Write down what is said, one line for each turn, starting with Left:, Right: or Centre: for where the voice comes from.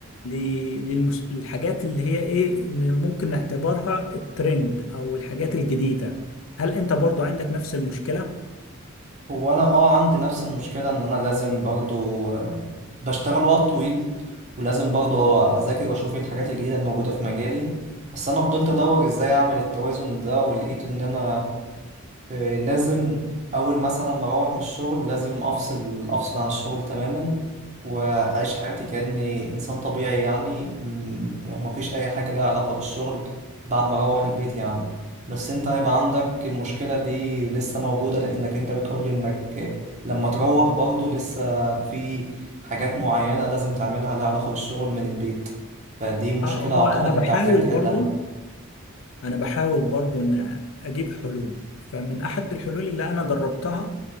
Left: للحاجات اللي هي ايه اللي ممكن نعتبرها الترند او الحاجات الجديدة هل انت برضو عندك نفس المشكلة؟
Right: هو انا اه عندي نفس المشكله ان انا لازم برضو آه، بشتغل وقت طويل ولازم برضو اذاكر واشوف ايه الحاجات الجديده الموجوده في مجالي بس انا فضلت ادور ازاي اعمل التوازن ده ولقيت ان انا آه، لازم اول مثلا ما اروح من الشغل لازم افصل افصل عن الشغل تماما واعيش حياتي كاني انسان طبيعي يعني م- ومفيش اي حاجه لها علاقه بالشغل بعد ما اروح البيت يعني بس انت هيبقى عندك المشكله دي لسه موجوده لانك انت بتقولي انك آه، لما تروح برضو لسه في حاجات معينه لازم تعملها لها علاقه بالشغل من البيت فدي مشكله
Left: اه هو
Right: اعتقد
Left: انا بحاول
Right: انت هتحتاج تحلها
Left: برضو انا بحاول برضو ان اجيب حلول فمن احد الحلول اللي انا جربتها